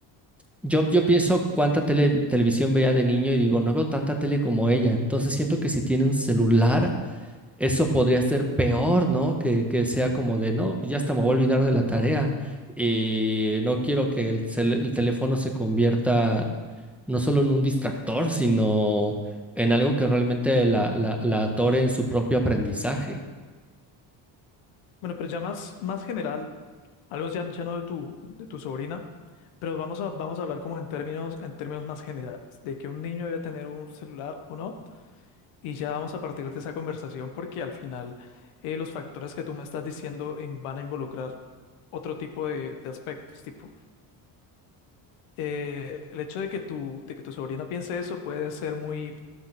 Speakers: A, in the centre; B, on the left.
A: yo, yo pienso cuánta tele- televisión veía de niño y digo, no veo tanta tele como ella. Entonces siento que si tiene un celular eso podría ser peor, ¿no? Que, que sea como de, no, pues ya hasta me voy a olvidar de la tarea y no quiero que el, cel- el teléfono se convierta no solo en un distractor, sino en algo que realmente la, la, la atore en su propio aprendizaje.
B: Bueno, pero ya más, más general, algo ya, ya no de tu, de tu sobrina, pero vamos a, vamos a hablar como en términos, en términos más generales, de que un niño debe tener un celular o no, y ya vamos a partir de esa conversación porque al final eh, los factores que tú me estás diciendo in- van a involucrar otro tipo de, de aspectos, tipo eh, el hecho de que tu, de que tu sobrina piense eso puede ser muy,